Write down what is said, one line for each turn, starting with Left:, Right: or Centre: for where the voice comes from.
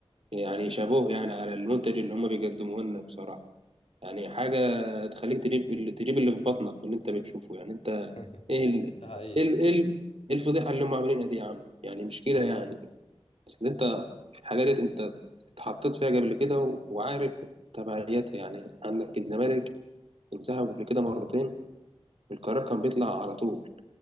Right: يعني شابوه يعني على المنتج اللي هما بيقدموه لنا بصراحة يعني حاجة تخليك تجيب اللي تجيب اللي في بطنك من اللي انت بتشوفه يعني انت
Left: <laughs>
Right: ايه ال...
Left: ده حقيقة
Right: ايه ال... ايه ال- إيه الفضيحة اللي هم عاملينها دي يا عم يعني مش كده يعني اصل انت الحاجة ديت انت اتحطيت فيها قبل كده و... وعارف تبعياتها يعني عندك الزمالك انسحب قبل كده مرتين القرار كان بيطلع على طول